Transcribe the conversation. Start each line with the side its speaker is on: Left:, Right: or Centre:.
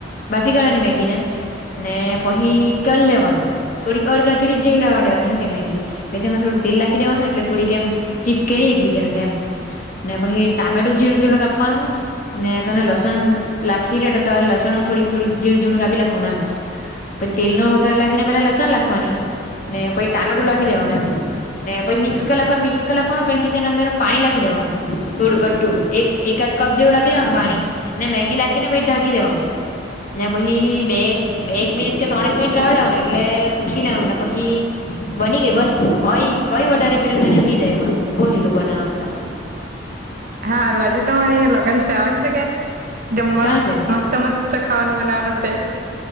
Left: બાફી કરવાાની મેગી ને ને પછી કલ લેવાનું થોડીક અડધાચડી જરાવા દેવાની હ કે મેગીછ તેમાં થોડીક તેલ લખી દેવાનું એટલે થોડીક એમ ચીપકે નહી બીજા હા ટટેમ ને પછી ટામેટું ઝીણું ઝીણું કાપવાનું ને તને લસણ લખવી રે તો ત લસણ થોડીક થોડીક જીણઝીણ કપી લખ એમ પ તેલ નો વગર લખીને પેલા કાન લખવાની ને પછ ટામેટું લખી દેવા ને એમ ને પછી મિક્સ કરી લખવાનું મિક્સ કર લખવાનું પછ તેના અંદર પાણી લખી દેવાનું થોડું ઘડું એક કપ જેવું રાખી દેવાનું પાણી ને મેગી રાખીને પછી ઢાકી દેવાનું ને પછી બે બે એક મિનિટ કે ત્રણેક મિનિટ રડ્યા આવને એટલે ઉચકી લનું ના પહી બની ગઈ બસ કઈ કઈ વટારેે પે મહેનત ન જાય બો હેલું બના
Right: <inaudible> હારું આજે તોરે અયા લગ્ન છે આવવાનું છે કે જમવા
Left: ત્યાં છે
Right: મસ્ત મસ્ત ખાવાનું બનાવા નાસે